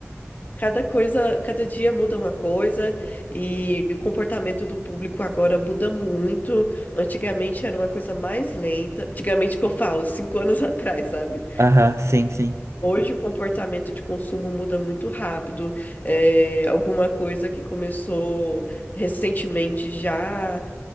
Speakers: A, on the left (about 35°); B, on the right (about 70°).
A: cada coisa, cada dia muda uma coisa e o comportamento do público agora muda muito. Antigamente era uma coisa mais lenta. Antigamente que eu falo, cinco anos <laughs> atrás, sabe?
B: Aham, sim, sim.
A: Hoje o comportamento de consumo muda muito rápido. É, alguma coisa que começou recentemente já